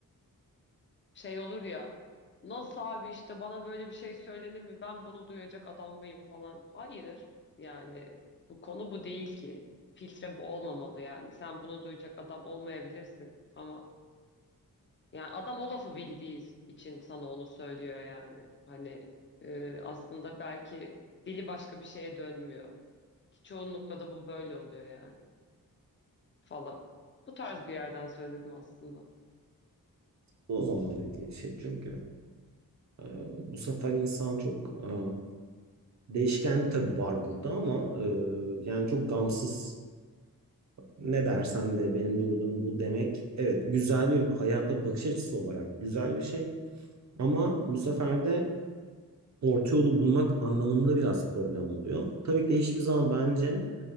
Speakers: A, on the left; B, on the right.
A: Şey olur ya. Nasıl abi işte bana böyle bir şey söylenir mi? Ben bunu duyacak adam mıyım falan. Hayır. Yani bu konu bu değil ki. Filtre bu olmamalı yani. Sen bunu duyacak adam olmayabilirsin ama yani adam o lafı bildiği için sana onu söylüyor yani. Hani e, aslında belki dili başka bir şeye dönmüyor. Ki çoğunlukla da bu böyle oluyor yani falan. Bu tarz bir yerden söyledim aslında.
B: Bu o zaman dediğin şey çünkü e, bu sefer insan çok e, değişken tabii var burada ama e, yani çok gamsız ne dersen de benim doğrularım bu demek. Evet güzel bir hayata bakış açısı olarak güzel bir şey. Ama bu sefer de orta yolu bulmak anlamında biraz problem oluyor. Tabii ki de hiçbir zaman bence